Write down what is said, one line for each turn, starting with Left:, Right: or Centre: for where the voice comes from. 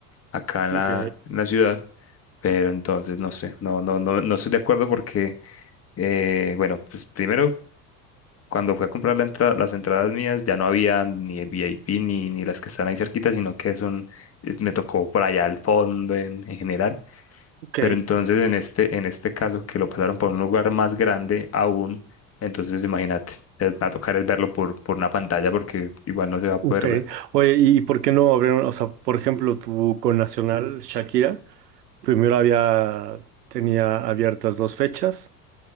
Left: acá en
Right: Ok,
Left: la, en la ciudad. Pero entonces, no sé, no, no, no, no estoy de acuerdo porque, eh, bueno, pues primero, cuando fui a comprar la entrada, las entradas mías, ya no había ni VIP ni, ni las que están ahí cerquita, sino que son, eh, me tocó por allá al fondo en, en general.
Right: ok.
Left: Pero entonces, en este, en este caso, que lo pasaron por un lugar más grande aún, entonces imagínate, eh, me va a tocar es verlo por, por una pantalla porque igual no se va a poder
Right: Ok.
Left: ver.
Right: Oye, ¿y por qué no abrieron? O sea, por ejemplo, tu connacional Shakira, primero había, tenía abiertas dos fechas